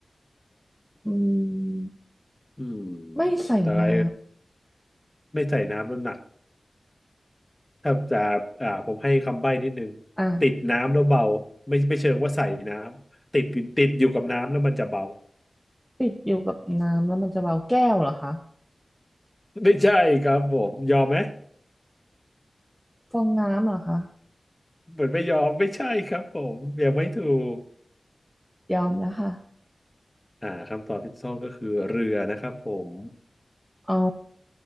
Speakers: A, in the centre; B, on the left.
A: อืม
B: อืม
A: ไม่ใส่น้
B: แต่อะไรไม่ใส่น้ำแล้วหนัก ถ้าจะอ่าผมให้คำใบ้นิดนึงติดน้ำแล้วเบาไม่ไม่เชิงว่าใส่น้ำติดติดอยู่กับน้ำแล้วมันจะเบา
A: ำอ่ะติดอยู่กับน้ำแล้วมันจะเบาแก้วเหรอคะ
B: <laughs> ไม่ใช่ครับผมยอมไหม
A: ฟองน้ำเหรอคะ
B: เหมือนไม่ยอมไม่ใช่ครับผมยังไม่ถูก
A: ยอมแล้วค่ะ
B: อ่าคำตอบที่ถูกต้องก็คือเรือนะครับผม
A: อ๋อ